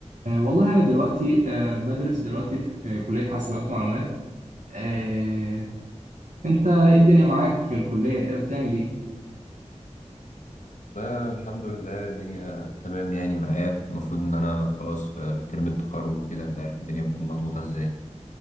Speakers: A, on the right; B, on the left.
A: أه والله أنا دلوقتي أه بدرس دلوقتي في كلية حاسبات ومعلومات أه أنت إيه الدنيا معاك في الكلية كده بتعمل إيه؟
B: لا الحمد لله الدنيا تمام يعني معايا المفروض ان انا خلاص في ترم التخرج وكده انت عارف الدنيا بتكون مضغوطة ازاي